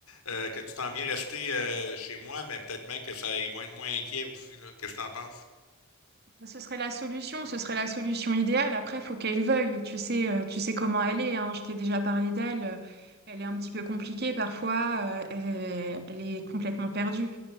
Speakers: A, on the left (about 85°); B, on the right (about 45°).
A: euh, que tu t'en viens rester euh, chez moi, ben peut-être bien que ça, ils vont être moins inquiets aussi, là. Qu'est-ce que t'en penses?
B: Bah, Ce serait la solution, ce serait la solution idéale. Après, il faut qu'elle veuille. Tu sais, euh, tu sais comment elle est, hein. Je t'ai déjà parlé d'elle. Euh, Elle est un petit peu compliquée parfois. euh, Elle, elle est complètement perdue.